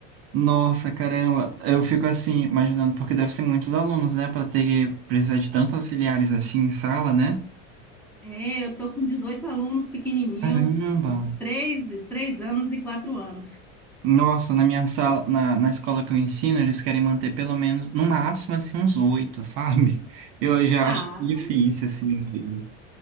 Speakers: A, on the right (about 40°); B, in the centre.
A: Nossa, caramba. Eu fico assim, imaginando, porque deve ser muitos alunos, né? Para ter que precisar de tantos auxiliares assim em sala, né?
B: É, eu tô com 18 alunos pequenininhos,
A: Caramba.
B: de 3 3 anos e 4 anos.
A: Nossa, na minha sala, na, na escola que eu ensino, eles querem manter pelo menos, no máximo, assim, uns oito, <laughs> sabe? Eu já
B: Ah,
A: acho difícil, assim, às vezes.